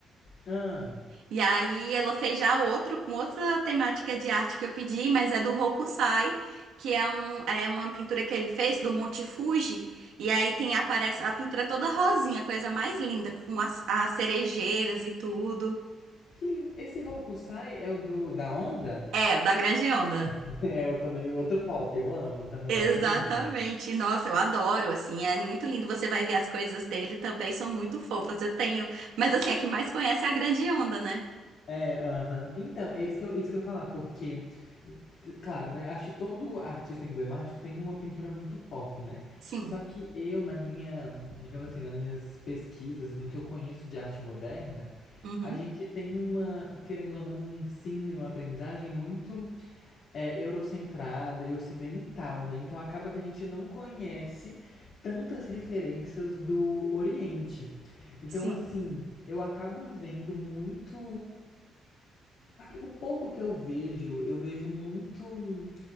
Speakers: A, on the left (about 65°); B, on the right (about 80°).
A: Ah,
B: E aí ela fez já outro, com outra temática de arte que eu pedi, mas é do Hokusai, que é, um, é uma pintura que ele fez do Monte Fuji. E aí tem, aparece a pintura é toda rosinha, coisa mais linda, com as, as cerejeiras e tudo.
A: que lindo. Esse Hokusai é o do da onda?
B: É, o da Grande Onda.
A: <laughs> É o também outro pau que eu amo também,
B: Exatamente.
A: acho lindo.
B: Nossa, eu adoro, assim, é muito lindo. Você vai ver as coisas dele também, são muito fofas. Eu tenho, mas assim, a que mais conhece é a grande onda, né?
A: É, aham. Então, é isso que eu, isso que eu ia falar, porque, t- claro, né? Acho que todo artista emblemático tem uma pintura muito pop, né?
B: Sim.
A: Só que eu, na minha, digamos assim, nas minhas pesquisas, no que eu conheço de arte moderna,
B: Uhum.
A: a gente tem uma, querendo ou não, um ensino e uma aprendizagem muito é, eurocentrada e ocidental, né? Então acaba que a gente não conhece tantas referências do Oriente. Então,
B: Sim.
A: assim, eu acabo vendo muito o pouco que eu vejo, eu vejo muito um,